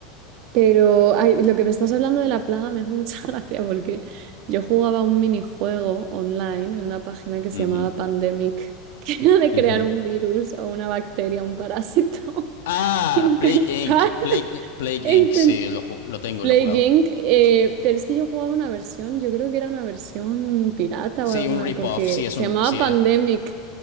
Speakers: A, on the right; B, on the left.
A: Pero ay, lo que me estás hablando de la plaga me hace mucha <laughs> gracia porque yo jugaba un minijuego online en una página que se
B: Ujú,
A: llamaba Pandemic, <laughs> que era de
B: ujú.
A: crear un virus o una bacteria, un parásito,
B: Ah,
A: <laughs> intentar,
B: Plague Inc. Plague, Plague
A: intentar
B: Inc. Sí, lo, ju- lo tengo,
A: Plague
B: y lo he jugado.
A: Inc. eh, pero es que yo jugaba una versión, yo creo que era una versión pirata
B: Sí,
A: o alguna,
B: un rip-off.
A: porque
B: Sí, es
A: se
B: un,
A: llamaba
B: sí,
A: Pandemic
B: es,